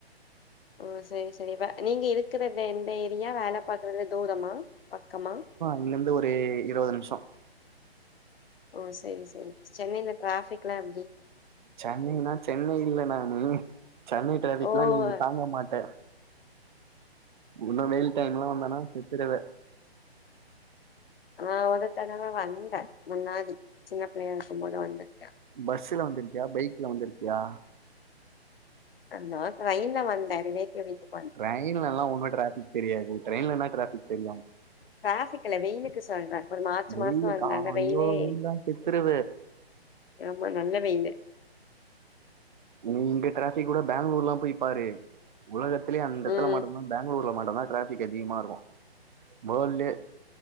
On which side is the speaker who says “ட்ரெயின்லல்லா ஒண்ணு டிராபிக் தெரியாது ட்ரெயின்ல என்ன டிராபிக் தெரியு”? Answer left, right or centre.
Right